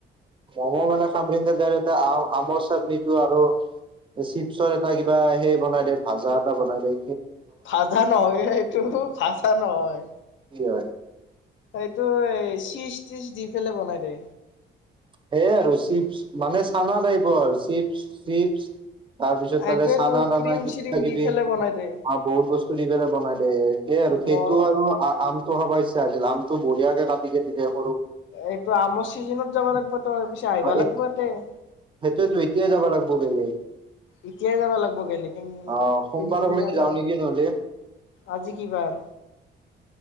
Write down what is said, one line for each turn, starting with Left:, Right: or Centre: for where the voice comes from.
Right: মম' মানে খামৰিংগাত আ-আমৰ চাটনিটো আৰু চিপছৰ এটা কিবা সেই বনাই দে ভাজা এটা বনাই দে
Left: ভাজা নহয় এইটো, ভাজা নহয়।
Right: কি হয়।
Left: এইটো চিস দি পেলাই বনাই দে
Right: সেয়ে আৰু চিপছ মানে চানা টাইপৰ আৰু চিপ-চিপছ তাৰ পিছত
Left: সেইটোয়েতো
Right: তাৰে চানা দানা
Left: ক্ৰীম
Right: কিবা
Left: চিৰিম
Right: কিবি
Left: দি পেলাই বনাই দে
Right: অ বহুত বস্তু দি পেলাই বনাই দে, আৰু সেইটো
Left: মই
Right: আৰু আমতটো খাবাইছে <unintelligible> আমটো বঢ়িয়াক কে কাটি <unintelligible>
Left: এইটো আমৰ চিজনত যাবা লাগিব তই পিছে আহিবা লাগিব
Right: এ,
Left: ইয়াতে
Right: সেইটোতো এতিয়াই যাব লাগিব গলে
Left: এতিয়াই যাব লাগিব গলে, কি
Right: অ সোমবাৰক
Left: <unintelligible>
Right: লেগি
Left: যাম।
Right: যাওঁ নেকি নহলে
Left: আজি কি বাৰ?